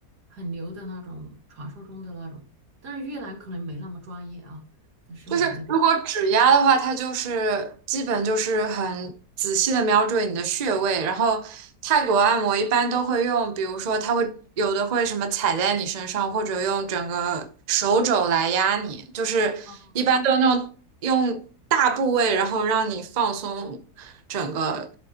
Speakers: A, on the right; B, on the right.
A: 很牛的那种，传说中的那种。但是越南可能没那么专业啊，但是我也不知
B: 就是如果指压的话，它就是基本就是很仔细的瞄准你的穴位，然后泰国按摩一般都会用，比如说它会有的会什么踩在你身上，或者用整个手肘来压你，就是一般都那种用大部位，
A: 道。
B: 然后让你放松整个，